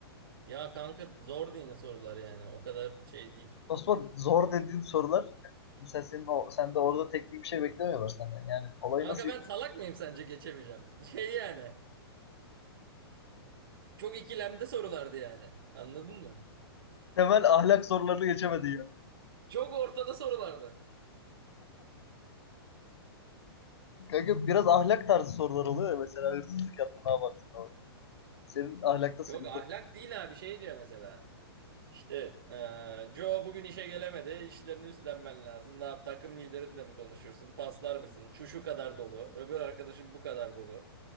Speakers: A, on the right; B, on the left.
A: Ya kanka zor değil sorular yani. O kadar şey değil.
B: Osman zor dediğin sorular mesela senin o, sen de orada teknik bir şey beklemiyorlar senden yani. Olayı
A: Kanka
B: nasıl
A: ben salak mıyım sence geçemeyeceğim? <laughs> Şey yani. Çok ikilemde sorulardı yani. Anladın mı?
B: temel ahlak sorularını geçemedi yani.
A: Çok ortada sorulardı.
B: Kanka biraz ahlak tarzı sorular oluyor ya mesela hırsızlık yaptın ne yaparsın falan. Senin ahlakta sıkıntı.
A: Yok ahlak değil abi şey diyor mesela. İşte eee Joe bugün işe gelemedi. İşlerini üstlenmen lazım. Ne yap takım liderinle mi konuşursun? Paslar mısın? Şu şu kadar dolu. Öbür arkadaşım bu kadar dolu.